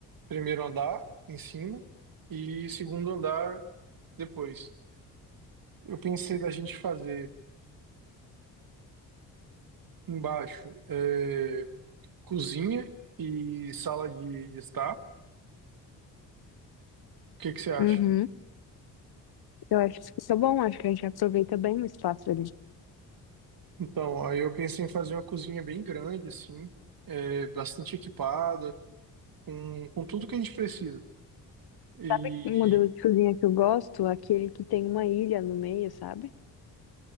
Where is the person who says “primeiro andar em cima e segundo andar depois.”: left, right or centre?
Right